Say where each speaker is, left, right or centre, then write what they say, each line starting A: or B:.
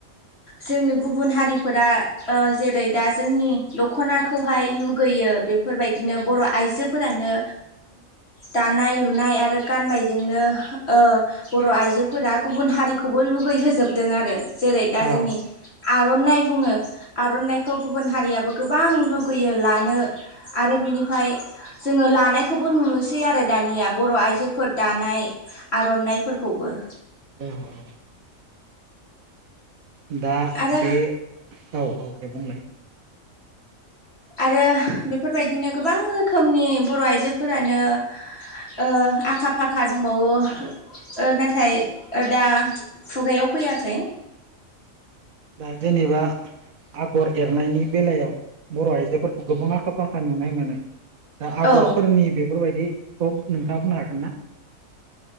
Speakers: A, on the left (about 50°); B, on the right (about 85°).
A: जोंनि गुबुन हारि फोरा ओ जेरै दा जोंनि दख'नाखौहाय लुगैयो बेफोरबायदिनो बर' आइ जोफोरानो दानाय लुनाय आरो गाननायजोंनो ओ बर' आइजो फोरा गुबुन हारिखौबो लुगैहजोबदों आरो जेरै दा
B: औ
A: जोंनि आर'नाइ बुङो आर'नाइखौ गुबुन हारियाबो गोबां लुगैयो लानो आरो बिनिफाय जोङो लानायखौबो नुसै आरो दानिया बर' आइजोफोर दानाय आर'नाइफोरखौबो।
B: औ औ दा
A: आरो
B: बे औ औ दे बुंलाय
A: आरो बेफोरबायदिनो गोबां रोखोमनि बर' आइजोफोरानो ओ आखा फाखा दंबावो। ओ नाथाय दा खुगायाव फैयाखै।
B: दा जेनेबा आगर एरनायनि बेलायाव बर' आइजोफोरखौ गोबां आखा फाखा नुनाय मोनो। दा आगरफोरनि
A: औ
B: बेफोरबायदिखौ नोंथाङा बुंनो हागोन ना?